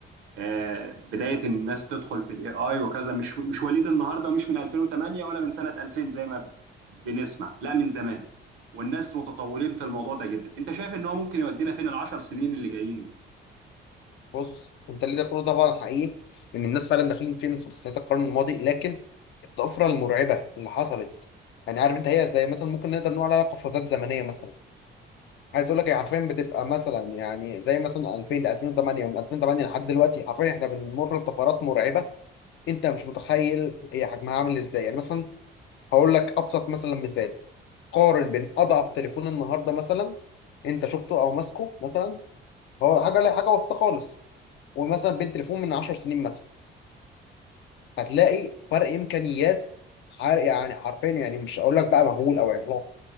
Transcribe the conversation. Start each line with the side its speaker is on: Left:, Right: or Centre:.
Right: آه بداية الناس تدخل في الاي اي وكذا مش مش وليد النهارده ومش من 2008 ولا من سنة 2000 زي ما بنسمع لا من زمان والناس متطورين في الموضوع ده جدا انت شايف ان هو ممكن يودينا فين العشر سنين اللي جايين دول؟
Left: بص انت اللي ده كله طبعا حقيقي ان الناس فعلا داخلين فيه من سنوات القرن الماضي لكن الطفره المرعبه اللي حصلت يعني عارف انت هي زي مثلا ممكن نقدر نقول عليها قفزات زمنيه مثلا عايز اقول لك هي حرفيا بتبقى مثلا يعني زي مثلا 2000 ل 2008 ومن 2008 لحد دلوقتي حرفيا احنا بنمر بطفرات مرعبه انت مش متخيل هي حجمها عامل ازاي يعني مثلا هقول لك ابسط مثلا مثال قارن بين اضعف تليفون النهارده مثلا انت شفته او ماسكه مثلا هو حاجه لا حاجه وسط خالص ومثلا بين تليفون من 10 سنين مثلا هتلاقي فرق امكانيات حر يعني حرفيا يعني مش هقول لك بقى مهول او عملاق